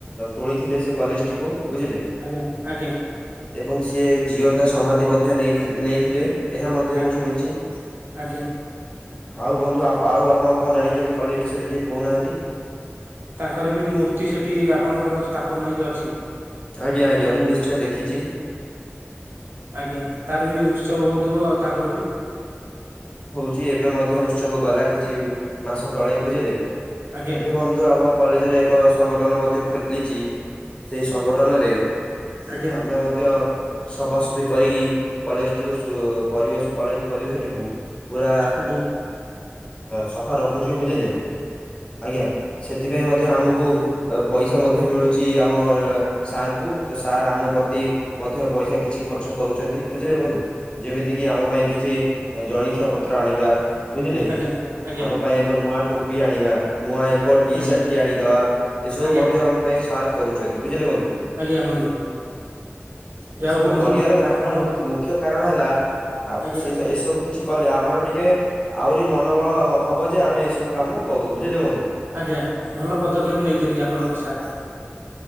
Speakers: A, on the left; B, on the right.
A: ତୋଳିଥିଲେ ସେ କଲେଜଟିକୁ। ବୁଝିଲେ।
B: ଆଜ୍ଞା-ଆଜ୍ଞା।
A: ଏବଂ ସିଏ ଜିଅନ୍ତା ସମାଧି ମଧ୍ୟ ନେଇ ନେଇଥିଲେ। ଏହା ମଧ୍ୟ
B: ଆଜ୍ଞା
A: ମୁଁ ଶୁଣିଛି।
B: ଆଜ୍ଞା
A: ଆଉ ବନ୍ଧୁ ଆଉ ଆଉ ଆପଣ କଣ ଜାଣିଛନ୍ତି କଲେଜ ବିଷୟରେ ଟିକେ କହୁନାହାନ୍ତି?
B: ତାଙ୍କର ବି ମୂର୍ତ୍ତି ସେଠି ଆପଣଙ୍କର ସ୍ଥାପନ ହେଇକି ଅଛି।
A: ଆଜ୍ଞା-ଆଜ୍ଞା ମୁଁ ନିଶ୍ଚୟ ଦେଖିଛି।
B: ଆଜ୍ଞା, ତାର ବି ଉତ୍ସବ ହଉଥିବ ଆଉ ତାଙ୍କର ବି
A: ଯ ଏବେ ମଧ୍ୟ ଉତ୍ସବ ଗଲା କିଛି ମାସ ତଳେ ବୁଝିଲେ
B: ଆଜ୍ଞା
A: ଏବେ ବନ୍ଧୁ ଆମ କଲେଜରେ ଏକ ସଂଗଠନ ମଧ୍ୟ ଖୋଲିଛି। ସେଇ ସଂଗଠନରେ
B: ଆଜ୍ଞା
A: ଆମେ ମଧ୍ୟ ସଫାସଫି କରି କଲେଜଟିକୁ ସୁ ପରିବେଶ କଲେଜ ପରିବେଶଟିକୁ ପୁରା
B: ଆଜ୍ଞା
A: ସଫା ରଖୁଛିୁ ବୁଝିଲେ ଆଜ୍ଞା ସେ ସେଥିପାଇଁ ମଧ୍ୟ ଆମକୁ ପଇସା ମଧ୍ୟ ମିଳୁଛି। ଆମ ସାରଙ୍କୁ ତ ସାର୍ ଆମ ପ୍ରତି ମଧ୍ୟ ପଇସା କିଛି ଖର୍ଚ୍ଚ କରୁଛନ୍ତି। ବୁଝିଲେ ବନ୍ଧୁ। ଯେମିତି କି ଆମ ପାଇଁ କିଛି ଜଳଖିଆ ପତ୍ର ଆଣିବା ବୁଝିଲେ
B: ଆଜ୍ଞା ଆଜ୍ଞା
A: ଆମ ପାଇଁ ଏକ ନୂଆ ଟୋପି ଆଣିବା। ନୂଆ ଏକ ଟି
B: ଆଜ୍ଞା
A: ସାର୍ଟ ଟି ଆଣିଦେବା। ଏସବୁ
B: ଆଜ୍ଞା
A: ମଧ୍ୟ ଆମ ପାଇଁ ସାର କରୁଛନ୍ତି ବୁଝିଲେ ବ ଉ।
B: ଆଜ୍ଞା ବନ୍ଧୁ ଯାଉ
A: ଏସବୁ
B: ବନ୍ଧୁ
A: କରିବାର ତାଙ୍କର
B: ଆପଣଙ୍କ
A: ମୁଖ୍ୟ ମୁଖ୍ୟ କାରଣ ହେଲା
B: ଆଜ୍ଞା
A: ସେ ଏସବୁ କିଛି କଲେ ଆ ଆମର ଟିକେ ଆହୁରି ମନୋବଳ ହବ ଯେ ଆମେ ଏସବୁ କାମ କରୁ। ବୁଝିଲେ ବନ୍ଧୁ।
B: ଆଜ୍ଞା, ଭଲ ପଦକ୍ଷେପ ନେଇଛନ୍ତି ଆପଣଙ୍କ ସାର୍।